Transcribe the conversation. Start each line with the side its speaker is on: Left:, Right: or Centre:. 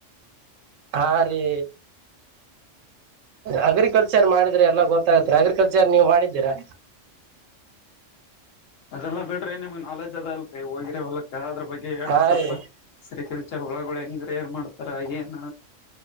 Right: ಹಾ ರೀ ಅಗ್ರಿಕಲ್ಚರ್ ಮಾಡಿದ್ರೆ ಎಲ್ಲ ಗೊತ್ತಾಗತ್ತರಿ ಅಗ್ರಿಕಲ್ಚರ್ ನೀವ ಮಾಡಿದ್ದೀರಾ?
Left: ಅದೆಲ್ಲಾ ಬಿಡ್ರಿ ನಿಮ್ಗೆ ನಾಲೆಜ್ ಅದಲ್ರರಿ ಹೋಗಿರಿ ಹೊಲಕ್ಕ ಅದ್ರ ಬಗ್ಗೆ ಹೇಳ್ರಿ
Right: ಹಾ
Left: ಸ್ವಲ್ಪ
Right: ರೀ
Left: ಸರಿಕಲ್ಚರ್ ಹುಳಗಳು ಹೆಂಗ ರೇರ್ ಮಾಡ್ತಾರ ಏನ